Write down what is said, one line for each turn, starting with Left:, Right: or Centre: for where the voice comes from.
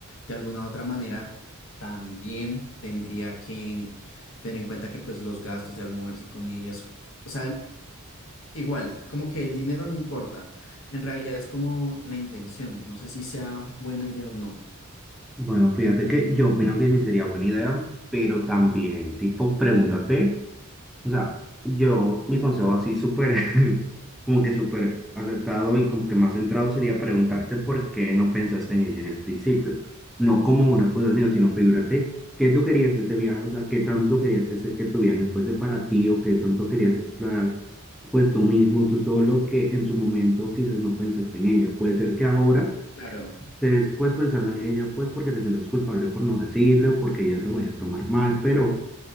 Left: de alguna u otra manera también tendría que tener en cuenta que pues los gastos de almuerzo y comida y eso. O sea, igual, como que el dinero no importa, en realidad es como la intención, no sé si sea buena idea o no.
Centre: Bueno, fíjate que yo opino que sí sería buena idea, pero también, tipo, pregúntate. O sea, yo, mi consejo así súper, <laughs> como que súper acertado y como que más centrado sería preguntarte por qué no pensaste en ella en el principio. No como una cosa, sino, sino figúrate, ¿qué tú querías de este viaje? O sea, ¿qué tanto querías que, se- que tu viaje fuese para ti o qué tanto querías explorar? Pues tú mismo, tú solo, que en su momento quizás no pensaste en ella. Puede ser que ahora
Left: Claro.
Centre: estés pues pensando en ella, pues porque te sientas culpable por no decirle o porque ella lo vaya a tomar mal, pero...